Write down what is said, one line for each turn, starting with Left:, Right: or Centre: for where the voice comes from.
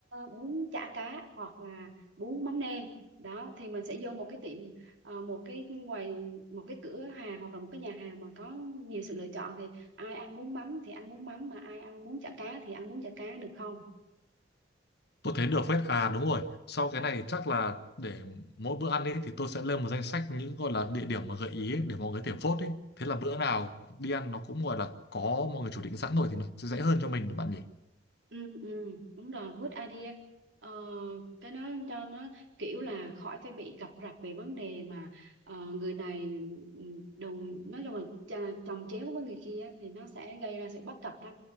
Right: bún chả cá hoặc là bún mắm nêm đó thì mình sẽ vô một cái tiệm ờ, một cái quầy một cái cửa hàng hoặc là một cái nhà hàng mà có nhiều sự lựa chọn thì ai ăn bún mắm thì ăn bún mắm mà ai ăn bún chả cá thì ăn bún chả cá được không
Left: Tôi thấy được phết. À đúng rồi, sau cái này chắc là để mỗi bữa ăn ấy thì tôi sẽ lên một danh sách những gọi là địa điểm mà gợi ý ấy, để mọi người có thể vote ấy. Thế là bữa nào đi ăn nó cũng gọi là có mọi người chủ định sẵn rồi thì nó sẽ dễ hơn cho mình bạn nhỉ.
Right: Ừ, ừ, đúng rồi, good idea. Ờ, cái đó cho nó kiểu là khỏi phải bị cập rập về vấn đề mà ờ, người này ừ, đồng nói chung là ch- chồng chéo với người kia á, thì nó sẽ gây ra sự bất cập đó.